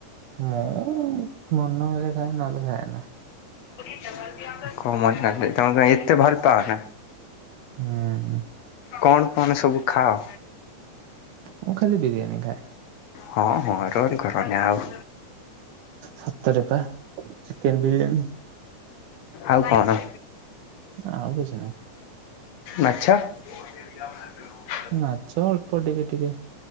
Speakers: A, on the right (about 80°); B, on the left (about 65°).
A: ମୁଁ ମନ ହେଲେ ଖାଏ ନହେଲେ ଖାଏ ନା।
B: <unintelligible> ତମ କଣ ଏତେ ଭଲ ପାଅ ନା?
A: ହୁଁ
B: କଣ କଣ ସବୁ ଖାଅ?
A: ମୁଁ ଖାଲି ବିରିୟାନୀ ଖାଏ।
B: ହଁ ହଁ ରୋଲ କରନି ଆଉ।
A: ସତରେ ପା ଚିକେନ୍ ବିରିୟାନୀ।
B: ଆଉ କଣ?
A: ଆଉ କିଛି ନାହିଁ।
B: ମାଛ? <unintelligible>
A: ମାଛ ଅଳ୍ପ ଟିକେ ଟିକେ।